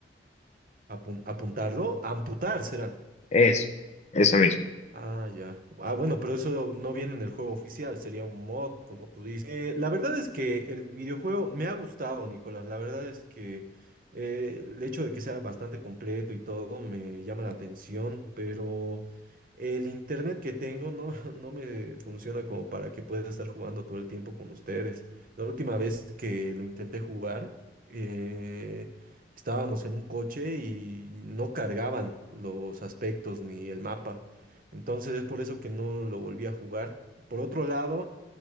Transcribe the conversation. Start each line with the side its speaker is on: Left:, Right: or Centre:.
Right: Apun- apuntarlo, amputar será.
Left: Eso, eso mismo.
Right: Ah, ya. Ah, bueno, pero eso no viene en el juego oficial, sería un mod, como tú dices. Eh, la verdad es que el videojuego me ha gustado, Nicolás. La verdad es que eh, el hecho de que sea bastante completo y todo me llama la atención, pero el internet que tengo no, <laughs> no me funciona como para que pueda estar jugando todo el tiempo con ustedes. La última vez que lo intenté jugar, eh, estábamos en un coche y no cargaban los aspectos ni el mapa. Entonces es por eso que no lo volví a jugar. Por otro lado,